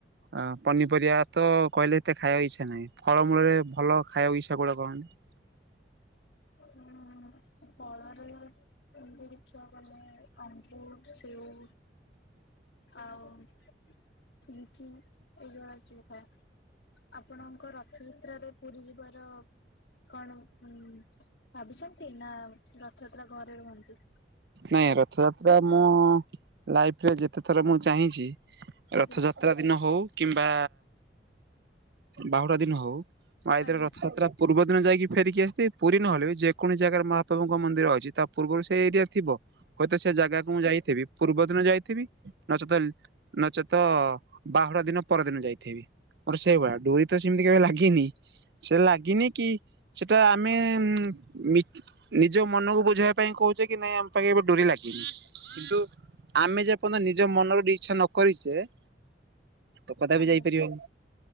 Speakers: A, on the right; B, on the left.
A: ଅ ପନିପରିବା ତ କହିଲେ ଏତେ ଖାଇବାକୁ ଇଚ୍ଛା ନାହିଁ ଫଳ ମୂଳରେ ଭଲ ଖାଇବା ଇଚ୍ଛା କୋଉଟା? <unintelligible>
B: ହୁଁ ଫଳରେ ଏମିତି ଦେଖିବା ବଲେ ଅଙ୍ଗୁର ସେଉ ଆଉ ଲିଚି ଏଇଗୁଡା ଯଉ ଖାଏ। ଆପଣଙ୍କ ରଥଯାତ୍ରାରେ ପୁରୀ ଯିବାର କଣ ଉ ଭାବୁଛନ୍ତି ନା ରଥଯାତ୍ରା ଘରେ ରୁହନ୍ତି?
A: ନାଇଁ ରଥଯାତ୍ରା ମୁଁ ଲାଇଫରେ ଯେତେଥର ମୁଁ ଚାହିଁଛି
B: ଆଜ୍ଞା
A: ରଥଯାତ୍ରା ରତା ଦିନ ହଉ କିମ୍ବା ବାହୁଡ଼ା ଦିନ ହଉ ମ ଆଇଦରେ
B: ଆଜ୍ଞା
A: ରଥଯାତ୍ରା ପୂର୍ବଦିନ ଯାଇକି ଫେରିକି ଆସେ ପୁରୀ ନହେଲେ ଯେକୌଣସି ଜାଗାରେ ମହାପ୍ରଭୁଙ୍କ ମନ୍ଦିର ଅଛି ତା ପୂର୍ବରୁ ସେ ଏରିଆ ଥିବ ହୁଏତ ସେ ଜାଗାକୁ ମୁଁ ଯାଇଥିବି। ପୂର୍ବ ଦିନ ଯାଇଥିବି ନଚେତ ନଚେତ ବାହୁଡା ଦିନ ପରଦିନ ଯାଇଥିବି ମୋର ସେଇଭଳିଆ ଡୋରି ତ ସେମିତି କେବେ ଲାଗିନି। ସେ ଲାଗିନି କି ସେଟା ଆମେ ନିଜ ମନକୁ ବୁଝେଇବା ପାଇଁ କହୁଛେ କି ନାଇଁ ଆମ ପାଖେ ଏବେ ଡୁରି ଲାଗିନି କିନ୍ତୁ ଆମେ ଯେପର୍ଯ୍ୟନ୍ତ ନିଜ ମନରେ ଇଚ୍ଛା ନ କରିଛେ ତ କଦାପି
B: ଆଜ୍ଞା
A: ଯାଇପାରିବନି